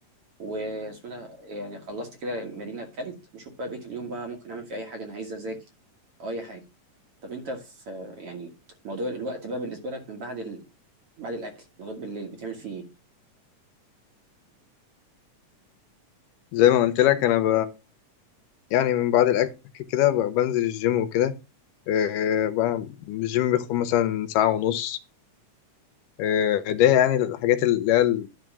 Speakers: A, on the right; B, on the left.
A: واسمه ده يعني خلصت كده المدينة اكلت بشوف بقى بقية اليوم بقى ممكن اعمل فيه اي حاجة انا عايز اذاكر او اي حاجة طب انت في يعني موضوع الوقت بقى بالنسبة لك من بعد ال... بعد الاكل لغاية بالليل بتعمل فيه ايه
B: زي ما قلت لك أنا ب... يعني من بعد الأكل كده ب- بنزل الجيم وكده آه، بقى الجيم بياخد مثلا ساعة ونص آه، ده يعني الحاجات اللي هي ال-